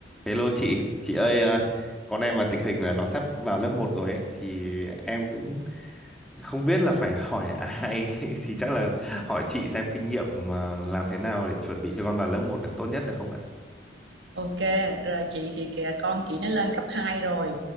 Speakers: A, in the centre; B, on the right.
A: Hello chị, chị ơi ờ, con em mà tình hình là nó sắp vào lớp một rồi ấy thì em cũng không biết là phải hỏi ai <laughs> thì chắc là hỏi chị xem kinh nghiệm ờ, làm thế nào để chuẩn bị cho con vào lớp một được tốt nhất được không ạ?
B: Ok, rồi chị thì kìa con chị nó lên cấp 2 rồi